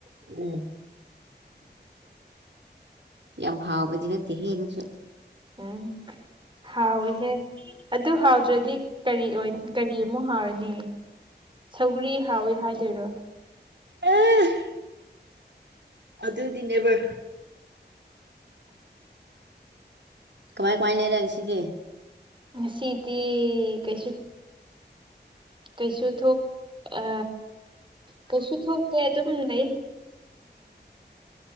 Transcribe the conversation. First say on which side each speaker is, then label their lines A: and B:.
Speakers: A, on the right; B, on the right.
A: ꯎꯝ ꯌꯥꯝ ꯍꯥꯎꯕꯗꯤ ꯅꯠꯇꯦ ꯍꯦ ꯑꯗꯨꯁꯨ
B: ꯎꯝ ꯍꯥꯎꯏꯍꯦ ꯑꯗꯨ ꯍꯥꯎꯗ꯭ꯔꯗꯤ ꯀꯔꯤ ꯀꯔꯤ ꯑꯃꯨꯛ ꯍꯥꯎꯔꯅꯤ ꯁꯧꯒꯔꯤ ꯍꯥꯎꯋꯤ ꯍꯥꯏꯗꯣꯏꯔꯣ
A: ꯑ ꯑꯗꯗꯤꯕ ꯀꯃꯥꯏ ꯀꯃꯥꯏ ꯂꯩꯅ ꯁꯤꯗꯤ
B: ꯁꯤꯤꯗꯤꯤ ꯀꯩꯁꯨ ꯀꯩꯁꯨ ꯊꯣꯛ ꯑ ꯀꯩꯁꯨ ꯊꯣꯛꯇꯦ ꯑꯗꯨꯝ ꯂꯩ